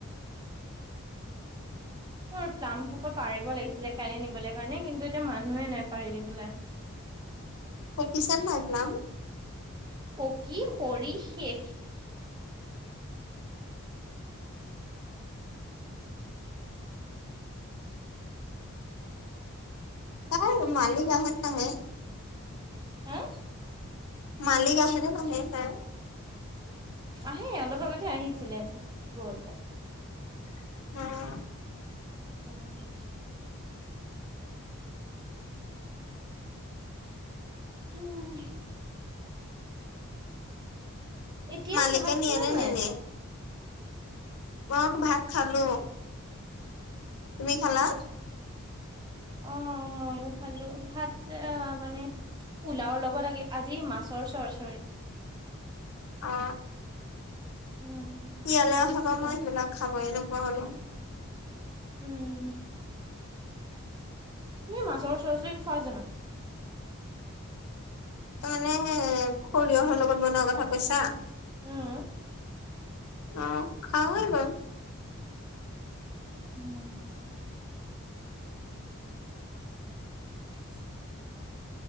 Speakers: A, on the right (about 20°); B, on the left (about 80°).
A: মই প্লাম্প সোপা পাৰিব লাগিছিলে কাইলে নিবলৈ কাৰণে, কিন্তু এতিয়া মানুহে নাই পাৰিবলে।
B: অ' কিশান মাহাদ নাম
A: পকী সৰি শেষ।
B: ক' মালিক আহাত নাহে।
A: হা?
B: মালিক আহে নে তাইৰ
A: আহে অলপ আগতে আহিছিলে, গুচি গ'ল।
B: অঁ
A: অঁ উম এতিয়া
B: মালিকে
A: ভাত
B: নিয়ে
A: খালা
B: নে
A: নাই।
B: নিনিয়ে মই আকৌ ভাত খালো। তুমি
A: আচ্ছা
B: খালা।
A: আচ্ছা অ' মইও খালো ভাত মানে পোলাও লগত আজি মাছৰ চৰচ
B: <inaudible> অ
A: উম
B: ইয়ালে
A: কৈছিলো
B: অহা পা মই সেইবিলাক খাব এৰিলো। কলে
A: উম। তুমি মাছৰ সৰচৰী খোৱা জানো?
B: ত মানে সৰিয়হৰ লগত বনোৱা কথা কৈছা।
A: উম
B: অ খাওঁ য়ে বাও।
A: উম। তাৰিছো